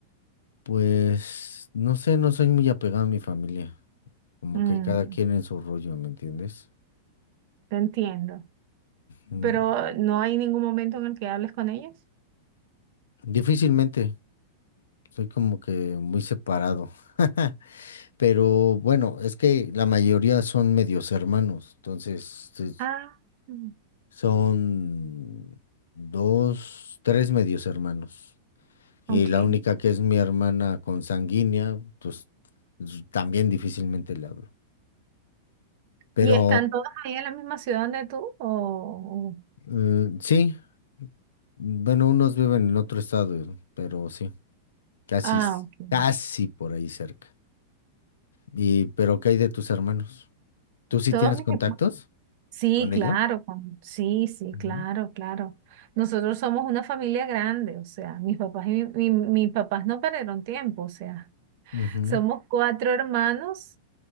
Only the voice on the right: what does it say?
Mm,
te entiendo.
Pero no hay ningún momento en el que hables con ellos.
Ah, mm,
ok.
¿Y están todos ahí en la misma ciudad donde tú? O... o-
Ah,
ok.
Todos
mis...
Sí,
claro, con- sí, sí,
claro, claro. Nosotros somos una familia grande, o sea, mis papás y mi- mi- mis papás no perdieron tiempo, o sea,
somos cuatro hermanos,